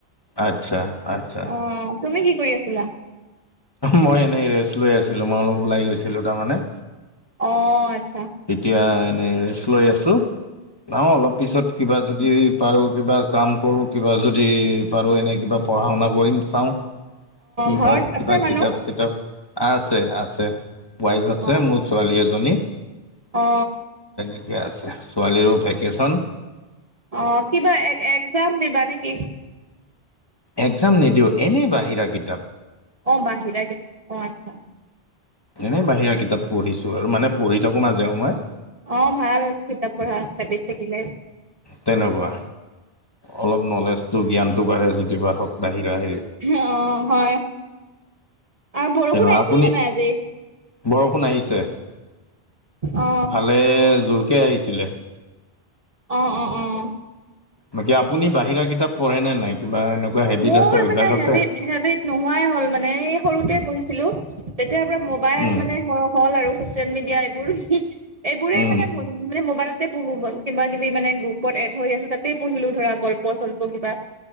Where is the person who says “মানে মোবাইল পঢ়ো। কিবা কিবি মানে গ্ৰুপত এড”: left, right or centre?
Right